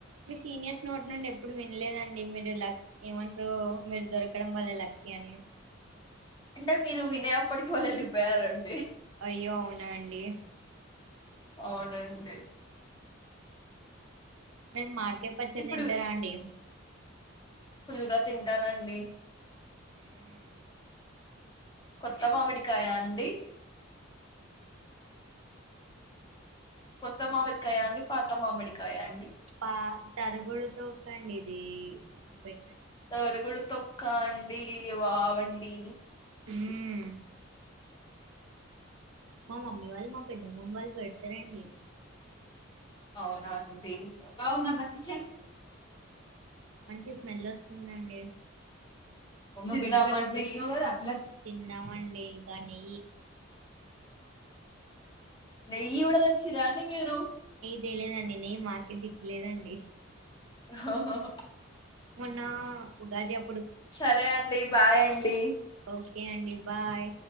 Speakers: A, on the right; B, on the left.
A: మీ సీనియర్స్ నోటి నుండి ఎప్పుడు వినలేదండి. మీ లక్ ఏమంటరు మీరు దొరకడం వల్ల లక్కే అని
B: అంటే మీరు వినే అప్పటికి వాళ్ళు వెళ్ళిపోతారన్
A: అయ్యో అవునా అండి
B: అవునండి
A: మీ మరద్ కేపచ్చి
B: ఇప్పుడు
A: తింటరా అండి
B: ఫుల్గా తింటానండి
A: ఊహుమ్
B: కొత్త మామిడికాయ అండి
A: మంచిగా
B: కొత్త మామిడికాయ అండి పాత మామిడికాయ అండి
A: పా తరుగుడు తోకండి ఇది బె
B: తవరుకుడు తొం కాండి వావండి
A: హుమ్ మా మమ్మీ వాళ్ళు మా పెద్దమ్మమ్మ వాళ్ళు పెడతారండి
B: అవునాన్ బావున
A: ఉమ్
B: మ కిచన్
A: మంచి స్మెల్ వస్తుందండి
B: మందా
A: తిందామండి కానీ
B: నెయ్యి కూడలు ఇచ్చురా అండి మీరు
A: తెలేదండి నే మాకె దిక్కులేదండి.
B: హహ
A: మొన్న ఉగాదిబ్
B: సరే అండి బాయ్ అండి
A: ఓకే అండి బాయ్